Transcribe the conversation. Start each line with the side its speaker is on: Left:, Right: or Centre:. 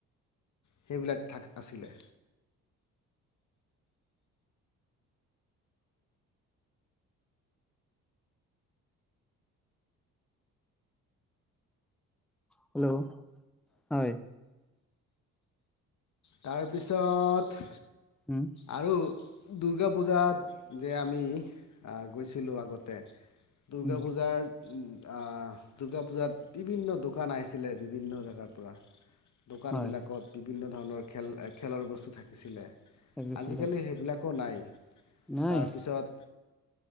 Left: সেইবিলাক থাক আছিলে
Centre: হেল্ল' হয়।
Left: তাৰপিছত
Centre: উম
Left: আৰু দুৰ্গা পূজাত যে আমি গৈছিলোঁ আগতে দুূৰ্গা
Centre: উম
Left: পূজাৰ উ দুৰ্গা পূজাত বিভিন্ন দোকান আহিছিলে। বিভিন্ন জেগাৰ পৰা দোকান
Centre: হয়
Left: বিলাকত বিভিন্ন ধৰণৰ খেল খেলৰ বস্তু থাকিছিলে
Centre: লাগিছিলে
Left: আজিকালি সেইবিলাকো নাই।
Centre: নাই
Left: তাৰপিছত